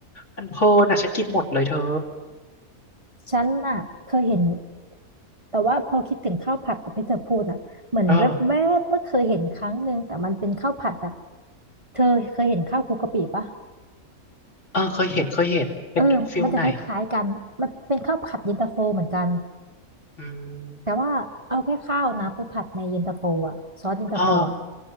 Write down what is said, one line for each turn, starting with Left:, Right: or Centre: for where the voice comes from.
Left: มันเพลินอ่ะฉันกินหมดเลยเธอ
Right: ฉันน่ะเคยเห็น แต่ว่าพอคิดถึงข้าวผัดแบบที่เธอพูดน่ะเหมือนแวบๆก็เคยเห็นครั้งหนึ่งแต่มันเป็นข้าวผัดแบบ
Left: เออ
Right: เธอเคยเห็นข้าวคลุกกะปิปะ
Left: เออเคยเห็นเคยเห็นเป็นฟิลไหน
Right: เออมันจะคล้ายๆกันมันเป็นข้าวผัดเย็นตาโฟเหมือนกัน
Left: อืม
Right: แต่ว่าเอาแค่ข้าวนะไปผัดในเย็นตาโฟอะซอสเย็นตาโฟอะ
Left: อ่า